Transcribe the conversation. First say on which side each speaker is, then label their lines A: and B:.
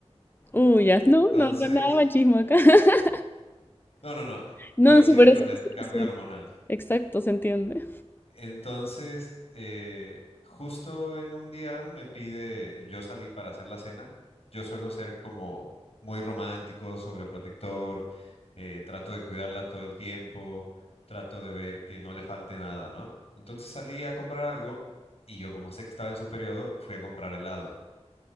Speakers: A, on the left; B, on the left.
A: Uh, ya,
B: Entonces,
A: no, no, no, nada machismo acá. <laughs>
B: no, no, no,
A: No,
B: coincide
A: sí, por
B: con
A: eso.
B: el
A: sí,
B: cambio
A: sí.
B: hormonal.
A: Exacto, se entiende.
B: Entonces, eh, justo en un día me pide, yo salí para hacer la cena. Yo suelo ser como muy romántico, sobreprotector, eh, trato de cuidarla todo el tiempo, trato de ver que no le falte nada, ¿no? Entonces salí a comprar algo y yo, como sé que estaba en su periodo, fui a comprar helado.